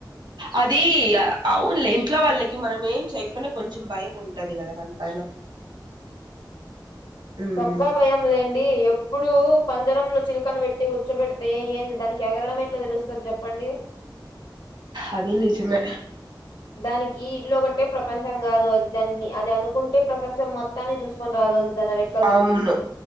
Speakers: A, on the right (about 75°); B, on the left (about 75°).
A: అది అవునులే ఇంట్లో వాళ్ళకి మనం ఏం చేయపోయినా కొంచెం భయం ఉంటది కదమ్ పైనా ఉమ్
B: తోక్కా భయం లేండి ఎప్పుడు పంజరంలో చిల్కను పెట్టి గుర్చ్చోబెడితే ఏంది దానికి ఎగరడం ఎట్లా తెలుస్తది చెప్పండి
A: అది నిజమే
B: దానికి ఇల్లు ఒకటే ప్రపంచం కాదు అది దాన్ని అది అనుకుంటే ప్రపంచం మొత్తాన్ని చూసుకొని రాగలుదాన రై
A: అవును